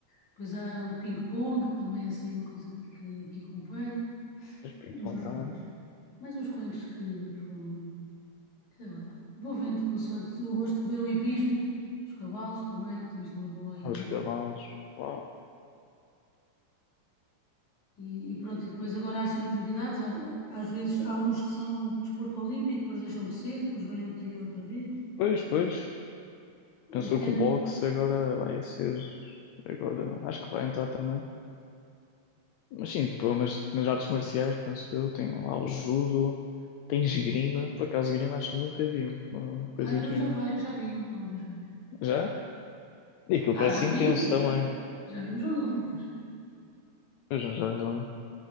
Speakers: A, on the left; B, on the left.
A: Depois há o ping-pong, também é assim uma coisa que, que acompanho,
B: Pois ping-pong
A: e mais
B: também.
A: quais. Mais uns quantos que, que vão sei lá, vou vendo consoante. Eu gosto de ver o hipismo, os cavalos também, temos uma boa equipa.
B: Ah, Os cavalos. Oh.
A: E, e pronto, e depois agora há assim umas novidades. Há- às vezes há uns que são desporto olímpico, depois deixam de ser, depois vem outro e outra vez.
B: Pois, pois. Pensou
A: Este
B: que
A: ano,
B: o boxe agora vai ser. Agora acho que vai entrar também. Mas sim, pelo menos nas artes marciais, penso eu, tem lá o judo, tem esgrima. Por acaso, esgrima acho que nunca vi uma coisa
A: ah, eu
B: de esgrima.
A: já, vai, já vi algumas vezes.
B: Já? E aquilo
A: Ah,
B: parece
A: já vi,
B: intenso também.
A: já, já vi nos Jogos Olímpicos.
B: Pois não, já, já.